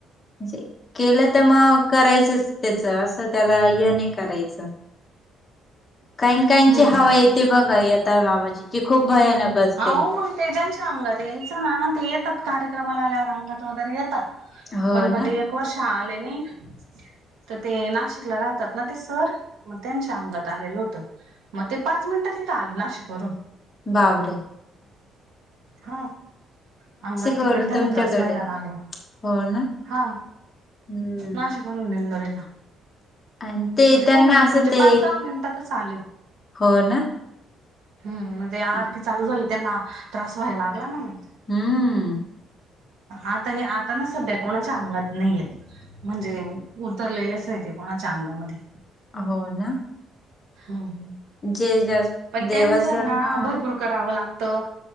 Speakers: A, on the left (about 20°); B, on the right (about 85°).
A: म्हणजे, केलं तर मग करायचंच त्याच असं त्याला य नाही करायचं. काहीन काहीनची
B: हम्म
A: हवा येते बघा यताळ बाबाची ती खूप भयानक असते.
B: आहों मग ते ज्यांच्या अंगात यायचं ना, ते येतात कार्यक्रमाला आल्यावर अंगात वगैरे येत
A: हो
B: पण मग
A: ना
B: ते एक वर्ष आले नाही तर ते नाशिकला राहतात ना ते सर, म त्यांच्या अंगात आलेलं होतं. मग ते पाच मिनिटात ईथं आले नाशिक वरून.
A: बापरे.
B: हा. अंगात
A: वरून
B: तिकड त्याना
A: तुमच्याकडे
B: त्रास व्हायला लागला,
A: हो ना
B: हा
A: हम्म
B: नाशिक वरून दिंडोरीला,
A: आणि ते
B: म्हणजे
A: त्यांना
B: काय म्हणजे
A: असं ते
B: पाच दहा मिनिटातच आले.
A: हो ना.
B: हम्, म ते आरती
A: हम्म
B: चालू झाली त्यांना त्रास व्हायला लागला ना मग.
A: हम्म....
B: आता हे आता ना सध्या कोणाच्या अंगात नाही येत. म्हणजे उतरलेलेच नाही ते कोणाच्या अंगामध्ये.
A: हो ना,
B: हम्म.
A: जे जस्
B: पण
A: देवाच
B: त्यांचं आहे
A: हा.
B: ना भरपूर करावं लागतं.